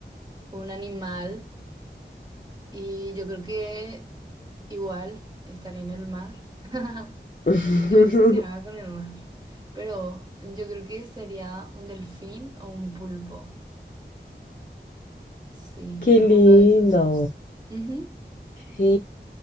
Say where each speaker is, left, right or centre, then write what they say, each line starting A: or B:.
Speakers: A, on the right; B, on the left.
A: con un animal y yo creo que igual estaría en el mar. <laughs>
B: <laughs>
A: Estoy obsesionada con el mar, pero yo creo que sería un delfín o un pulpo. Sí,
B: Qué
A: alguno
B: lindo.
A: de esos dos. Ujú.
B: Sí,